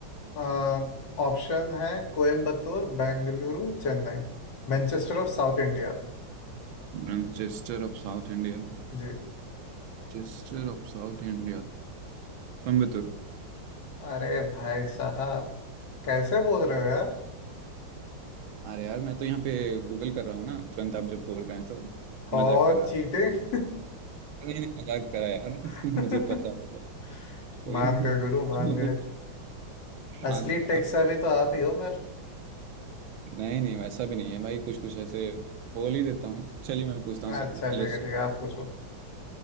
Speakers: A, on the left (about 60°); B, on the right (about 80°).
A: हाँ ऑप्शन है Coimbatore Bengaluru Chennai Manchester of South India
B: Manchester of South India
A: जी
B: Manchester of South India Coimbatore
A: अरे भाई साहब कैसे बोल रहे हो यार
B: अरे यार मैं तो यहाँ पे गूगल कर रहा हूँ ना तुरंत आप जब बोल रहे हैं तो
A: हो
B: मजाक कर रहा
A: चीटिंग
B: नहीं नहीं मजाक करा यार <laughs>
A: <laughs>
B: मुझे पता है सर कोई
A: मान
B: नहीं
A: गए
B: <laughs>
A: गुरु मान
B: आप लोग-
A: गए
B: मान
A: असली टेक्सा
B: आप
A: भी तो आप ही हो फिर
B: नहीं नहीं वैसा भी नहीं है भाई कुछ कुछ ऐसे बोल ही देता हूँ चलिए मैं पूछता हूँ सेकंड
A: अच्छा
B: लिस्ट
A: ठीक है ठीक है आप पूछो